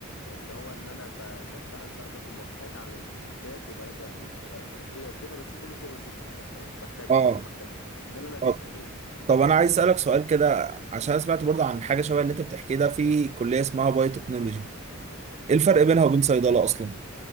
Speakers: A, on the left; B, on the right.
A: ان هو ان انا ب- بشتغل بقى بدي موافقات على الروشتات وبراجع الادويه وكده بس كله شغل سيستم بقى يعني مكتبي
B: اه
A: شغل مكتبي يعني ده اللي انا فيه
B: آه.
A: حاليا
B: طب انا عايز اسالك سؤال كده عشان أنا سمعت برضه عن حاجه شبه اللي انت بتحكيه ده في كليه اسمها بايو تكنولوجي ايه الفرق بينها وبين صيدله اصلا